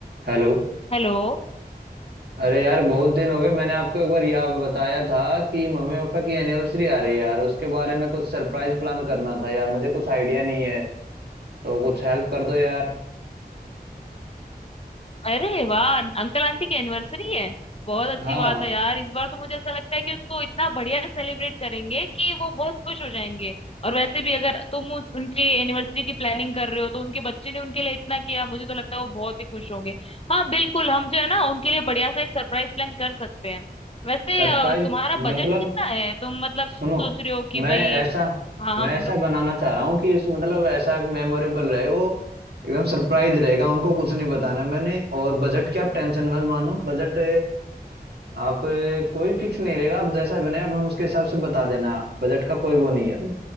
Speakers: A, on the right; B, on the left.
A: Hello
B: Hello
A: अरे यार बहुत दिन हो गए मैंने आपको एक बार याद बताया था कि मम्मी पापा की एनिवर्सरी आ रही है यार उसके बारे में कुछ सरप्राइज प्लान करना था यार मुझे कुछ आइडिया नहीं है तो कुछ हेल्प कर दो यार
B: अरे वाह अं-, Uncle aunty की एनिवर्सरी है बहुत अच्छी
A: हाँ
B: बात है यार इस बार तो मुझे ऐसा लगता है कि उसको इतना बढ़िया सेलिब्रेट करेंगे कि वो बहुत खुश हो जाएंगे और वैसे भी अगर तुम उस- उनकी एनिवर्सरी की प्लानिंग कर रहे हो तो उनके बच्चे ने उनके लिए इतना किया मुझे तो लगता है वो बहुत ही खुश होंगे हाँ बिल्कुल हम जो है ना उनके लिए बढ़िया सा एक सरप्राइज प्लान कर सकते हैं वैसे
A: सरप्राइज
B: अ, तुम्हारा बजट
A: मतलब
B: कितना है तुम मतलब
A: सुनो
B: सोच रहे हो कि
A: मैं
B: भाई
A: ऐसा
B: हाँ हाँ
A: मैं
B: बोलो
A: ऐसा बनाना चाह रहा हूँ कि इस मतलब ऐसा मेमोरेबल रहे वो एकदम सरप्राइज रहेगा उनको कुछ नहीं बताना मैंने और बजट की आप टेंशन मत मानो बजट आप ए, कोई फिक्स नहीं रहेगा आप जैसा बने आप हम उसके हिसाब से बता देना बजट का कोई वो नहीं है अभी